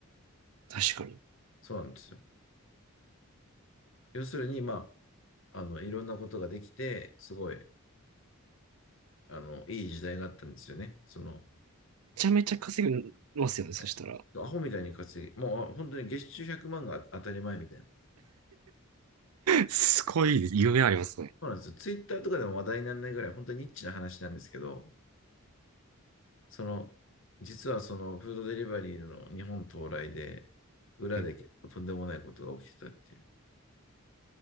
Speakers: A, on the right (about 85°); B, on the left (about 60°).
A: 確かに。め
B: そうなんですよ。要するに、まあ、あの、いろんなことができて、すごい、あの、いい時代があったんですよね。その、
A: ちゃめちゃ稼ぎますよね、そしたら。
B: はいアホみたいに稼ぎ、もう本当に月収100万が当たり前みたいな。
A: すごい夢ありますね。
B: そうなんですよ。ツイッターとかでも話題にならないぐらい、本当にニッチな話なんですけど、その、実はそのフードデリバリーの日本到来で、裏で結構とんでもないことが起きてたっていう。
A: え、